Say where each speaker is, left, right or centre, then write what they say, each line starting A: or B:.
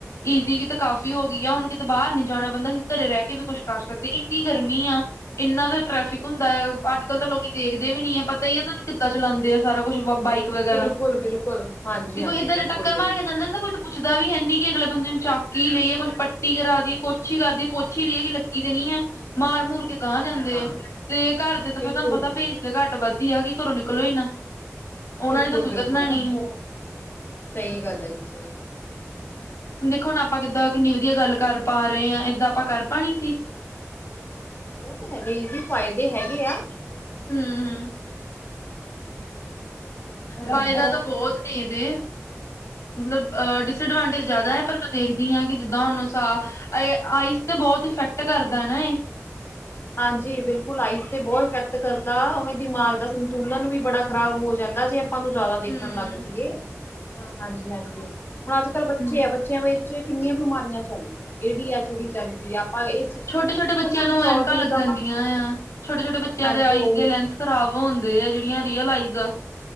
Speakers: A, on the left; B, on the left.
A: ਈਜ਼ੀ ਵੀ ਤੇ ਕਾਫ਼ੀ ਹੋ ਗ ਗੀ ਆ, ਹੁਣ ਕਿਤੇ ਬਾਰ ਨੀ ਜਾਣਾ ਪੈਂਦਾ, ਅਸੀਂ ਘਰੇ ਰੈ ਕੇ ਵੀ ਕੁੱਛ ਕਰ ਸਕਦੇ, ਇੰਨੀ ਗਰਮੀ ਆ। ਇੰਨਾ ਤਾਂ ਟਰੈਫਿਕ ਹੁੰਦਾ ਏ। ਅੱਜ-ਕੱਲ੍ਹ ਤਾਂ ਲੋਕੀ ਦੇਖਦੇ ਵੀ ਨੀ ਐ, ਪਤਾ ਹੀ ਐ ਤਾਨੂੰ ਕਿੱਦਾਂ ਚਲਾੰਦੇ ਆ, ਸਾਰਾ ਕੁੱਛ ਬਾਈਕ ਈਕ ਵਗੈਰਾ।
B: ਬਿਲਕੁਲ ਬਿਲਕੁਲ ਹਾਂਜੀ
A: ਤੇ
B: ਹਾਂਜੀ
A: ਕੋਈ ਇੱਧਰ
B: ਬਿਲਕੁਲ
A: ਟੱਕਰ
B: ਬਿਲਕੁਲ
A: ਮਾਰ ਕੇ ਚੱਲ ਜਾਂਦਾ ਕੋਈ ਤ ਪੁੱਛਦਾ ਵੀ ਹੈ ਨੀ, ਕਿ ਅਗਲੇ ਬੰਦੇ ਨੂੰ ਚਾਕੀ ਲਈਏ, ਕੁੱਛ ਪੱਟ ਟੀ ਕਰਾ ਦੀਏ, ਕੋਛੀ ਕੱਰਦੀਏ, ਪੋਛੀ ਲਈਏ, ਕਿ ਲੱਗੀ ਤੇ ਨੀ ਐ। ਮਾਰ-ਮੂਰ ਅਗਾਂਹ
B: ਨਾ
A: ਜਾਂਦੇ
B: ਨਾ ਨਾ
A: ਐ। ਤੇ ਘਰ ਦੇ ਤਾਂ
B: ਬਿਲਕੁਲ
A: ਫਿਰ ਤਾਨੂੰ ਪਤਾ
B: ਜੀ
A: ਭੇਜਦੇ
B: ਬਿਲਕੁਲ।
A: ਘੱਟ ਵੱਧ ਈ ਆ, ਕਿ ਘਰੋਂ ਨਿਕਲੋ ਈ ਨਾ। ਉਹਨਾਂ
B: ਬਿਲਕੁਲ-ਬਿਲਕੁਲ,
A: ਨੇ ਤਾਂ ਸੁਧਰਨਾ ਨੀ ਹੈ
B: ਸਹੀ ਗੱਲ ਐ ਜੀ, ਸਹੀ ਗੱਲ ਐ।
A: ਹੁਣ ਦੇਖੋ, ਹੁਣ ਆਪਾਂ, ਕਿੱਦਾਂ ਕਿੰਨੀ ਵਧੀਆ ਗੱਲ ਕਰ ਪਾ ਰਹੇ ਹਾਂ? ਏਦਾਂ ਆਪਾਂ ਕਰ ਪਾਉਣੀ ਸੀ।
B: ਉਹ ਤਾਂ ਹੈਗਾ ਹੀ ਜੀ, ਫ਼ਾਇਦੇ ਹੈਗੇ ਆ।
A: ਹਮ-ਹਮ।
B: ਉਹ
A: ਫਾਇਦਾ
B: ਹੈਗਾ ਹੀ
A: ਤਾਂ ਬਹੁਤ
B: ਫਾਇਦੇ
A: ਨੇ ਇਹਦੇ ਮਤਲਬ
B: ਹਾਂਜੀ
A: ਡਿਸ ਐਡਵਾਂਟੇਜ
B: ਹਾਂਜੀ।
A: ਜ਼ਿਆਦਾ ਹੈ ਪਰ ਦੇਖਦੀ ਹਾਂ ਕਿ ਜਿੱਦਾਂ ਹਾਨੂੰ ਸਾ ਆਈਸ ਤੇ ਬੋਤਾ ਇਫੈਕਟ ਕਰਦਾ ਨਾ ਇਹ‌
B: ਹਾਂਜੀ ਬਿਲਕੁਲ ਆਈਜ਼ ਤੇ ਬੋਤ ਇਫੈਕਟ ਕਰਦਾ ਉਵੇਂ ਦਿਮਾਗ ਦਾ ਸੰਤੁਲਨ ਵੀ ਬੜਾ ਖ਼ਰਾਬ ਹੋ ਜਾਂਦਾ ਜੇ। ਆਪਾਂ ਨੂੰ ਜਿਆਦਾ ਦੇਖਣ
A: ਹਮ
B: ਲੱਗ ਪਈਏ ਹ ਹਾਂਜੀ ਹਾਂਜੀ ਹੁਣ ਅੱਜ ਕੱਲ੍ਹ ਬੱਚੇ
A: ਹਮ
B: ਆ ਬੱਚਿਆਂ ਵਿੱਚ ਕਿੰਨੀਆਂ ਬਿਮਾਰੀਆਂ ਚੱਲ ਪਈਆਂ ਏ ਡੀ ਐਚ ਡੀ ਚੱਲ ਪਈ ਆ ਆਪਾਂ ਸੁਣਿਆ
A: ਛੋਟੇ ਛੋਟ
B: ਸੀ ਪਹਿਲਾਂ
A: ਬੱਚਿਆਂ ਨੂੰ
B: ਕਦੀ
A: ਐਨਕਾ
B: ਔਟਿਜ਼ਮ
A: ਲੱਗੀਆਂ ਗੰਦੀਆਂ ਆ ਛੋਟੇ
B: ਹਾਂਜੀ
A: ਛੋਟੇ ਬੱਚਿਆਂ
B: ਹਾਂਜੀ
A: ਦੇ ਆਈਸ
B: ਉਹੀ
A: ਦੇ ਲੈਂਸ ਖਰਾਬ ਹੋੁੰਦੇ ਆ ਜਿਹੜੀਆਂ ਰੀਅਲ ਆਈਸ ਦਾ।